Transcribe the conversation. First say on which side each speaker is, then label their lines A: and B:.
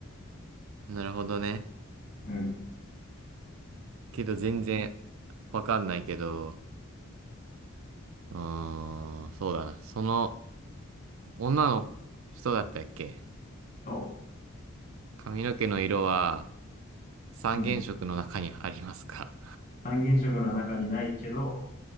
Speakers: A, on the right (about 70°); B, on the left (about 40°).
A: なるほどね。
B: うん。
A: けど全然わかんないけど。うーん、そうだな。その女の人だったっけ
B: そ
A: 髪の毛の色は三原色の中にありますか
B: う。うん。三原色の中にないけど、